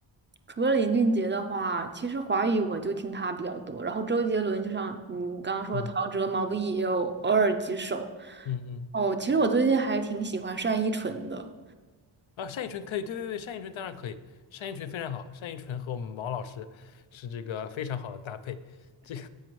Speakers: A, on the right (about 25°); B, on the left (about 75°).
A: 除了林俊杰的话，其实华语我就听他比较多，然后周杰伦就像你刚刚说，
B: 嗯
A: 陶喆、毛不易也有偶尔几首。
B: 嗯嗯。
A: 哦，其实我最近还挺喜欢单依纯的，
B: 啊，单依纯可以，对对对，单依纯当然可以，单依纯非常好，单依纯和我们毛老师是这个非常好的搭配。这个